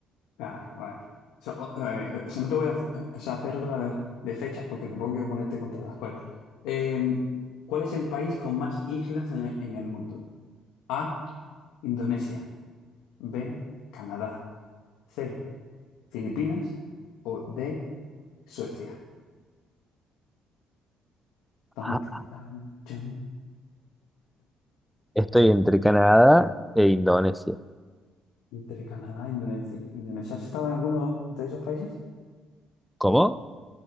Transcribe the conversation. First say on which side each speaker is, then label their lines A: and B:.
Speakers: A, on the left; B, in the centre.
A: Ah, vale. So, o- eh, o sea, no te voy a hacer o sea, hacer otra de, de fechas porque tampoco quiero ponerte contra las cuerdas. Eh, ¿cuál es el país con más islas en, en el mundo? A, Indonesia. B, Canadá. C, Filipinas. O D, Suecia. Tan,
B: Ah,
A: tan, tan, chan.
B: Estoy entre Canadá e Indonesia.
A: Entre Canadá e Indonesia. Indonesia. ¿Has estado en alguno de esos países?
B: ¿Cómo?